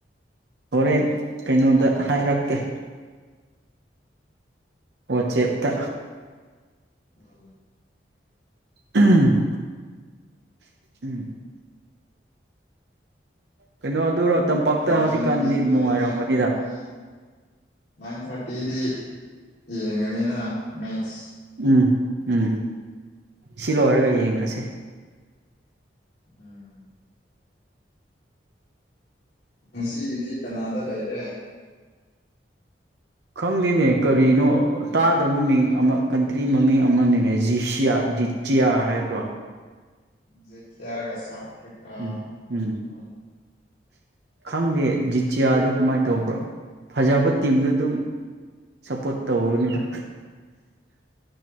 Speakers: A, on the right (about 65°); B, on the left (about 65°).
A: ꯍꯣꯔꯦꯟ ꯀꯩꯅꯣꯗ ꯍꯥꯏꯔꯛꯀꯦ ꯋꯥꯆꯦꯞꯇ
B: ꯍ
A: ꯎꯝ ꯎꯝ ꯀꯩꯅꯣ ꯑꯗꯨꯔꯣ ꯇꯝꯄꯥꯛꯇ
B: ꯅꯥꯏꯟꯒꯤ
A: ꯍꯧꯖꯤꯛꯀꯥꯟꯗꯤ
B: ꯇꯥꯔꯦ
A: ꯅꯨꯡꯉꯥꯏꯔꯝꯒꯅꯤꯗ
B: ꯅꯥꯏꯟ ꯊꯥꯔꯇꯤ ꯅꯥꯏꯟ ꯊꯥꯔꯇꯤꯗꯤ ꯌꯦꯡꯒꯅꯤꯅ ꯃꯦꯠꯁ
A: ꯎꯝ ꯎꯝ ꯁꯤ ꯂꯣꯏꯔꯒ ꯌꯦꯡꯈ꯭ꯔꯁꯤ
B: ꯎꯝ ꯉꯁꯤꯒꯤꯗꯤ ꯀꯅꯥꯗ ꯂꯩꯔꯦ
A: ꯈꯪꯗꯦꯅꯦ ꯀꯔꯤꯅꯣ ꯇꯥꯗꯕ ꯃꯃꯤꯡ ꯑꯃ ꯀꯟꯇ꯭ꯔꯤ ꯃꯃꯤꯡ ꯑꯃꯅꯤꯅꯦ ꯖꯤꯁꯤꯌꯥ ꯖꯤꯇꯤꯌꯥ ꯍꯥꯏꯕ꯭ꯔꯣ
B: ꯖꯩ ꯌꯥꯒ ꯁꯥꯎꯠ ꯑꯐ꯭ꯔꯤꯀꯥ
A: ꯎꯝ ꯎꯝ
B: ꯎ
A: ꯈꯪꯗꯦ ꯖꯤꯇꯤꯌꯥꯗꯣ ꯀꯃꯥꯏꯅ ꯇꯧꯕ꯭ꯔꯥ ꯐꯖꯕ ꯇꯤꯝꯗꯨ ꯑꯗꯨꯝ ꯁꯞꯄꯣꯔꯠ ꯇꯧꯕꯅꯤꯗ